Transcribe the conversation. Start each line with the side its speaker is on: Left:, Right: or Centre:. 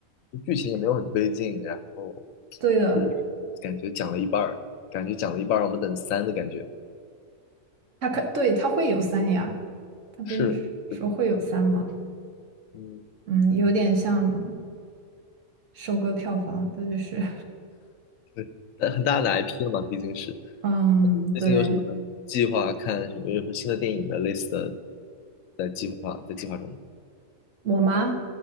Left: 就剧情也没有很推进，然后
Right: 对的，
Left: 是感觉讲了一半儿，感觉讲了一半儿，我们等三的感觉。
Right: 他可对他会有三呀，他不是说会有三吗？
Left: 是是的，嗯，
Right: 嗯，有点像收割票房，的就是
Left: 对，但很大的 IP 了嘛，毕竟是。
Right: <laughs> 嗯，
Left: 那你最近有什么计划？
Right: 对
Left: 看什么？有什么新的电影的类似的在计划在计划中？
Right: 我妈。